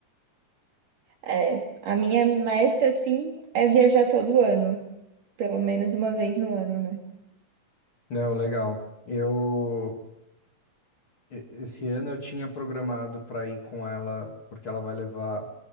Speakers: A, on the right (about 65°); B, on the left (about 40°).
A: É, a minha meta, assim, é viajar todo ano, pelo menos uma vez no ano, né?
B: Não, legal. Eu e- esse ano eu tinha programado para ir com ela porque ela vai levar